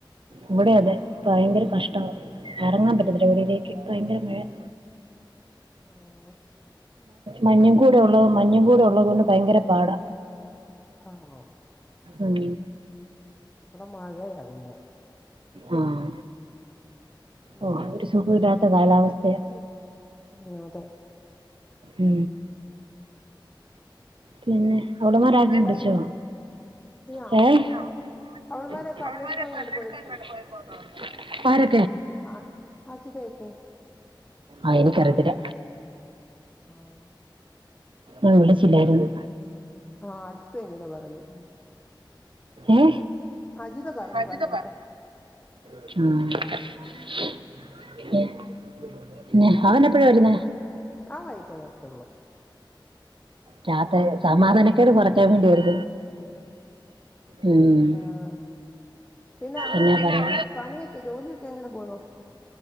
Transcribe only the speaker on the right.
ഇവിടെ അതെ ഭയങ്കര കഷ്ടമാ എ റങ്ങാൻ പറ്റതില്ല ഇവിടിയിലേക്ക് ഭയങ്കര മഴ <inaudible>
മഞ്ഞും
കൂടെ ഉള്ളത മഞ്ഞും കൂടെ ഉള്ളതൊണ്ട് ഭയങ്കര പാടാ
ഉം
ആഹ ഓ
ഒരു സുഖമില്ലാത്ത കാലാവസ്ഥയാ
ഉ പിന്നെ അവവിടെമാര ആരും
വിളിച്ചോ
<unintelligible>
ആര്
ആയിന കരുതില്ല
ആ വിളിച്ചില്ലായിരുന്നു
ഏ
അജിത
പറ? <unintelligible> ഏ പിന്നെ അവൻ എപ്പഴാ വരുന്ന
ചത്ത സമാധാനക്കട് ക്കൊറക്കാൻ വേണ്ടിയായിരുന്നു
ഉം.
എന്നാ പറയാ